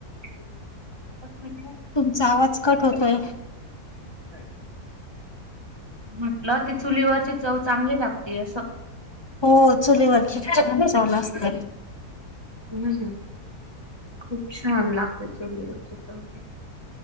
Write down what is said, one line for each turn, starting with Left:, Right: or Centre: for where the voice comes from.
Right: प्ररी
Left: तुमचा आवाज कट होतोय
Right: <inaudible> म्हटलं ती चुलीवरची चव चांगली लागती असं
Left: हो चुलीवर छान चलं असत
Right: हम् खूप छान लागते चले गते च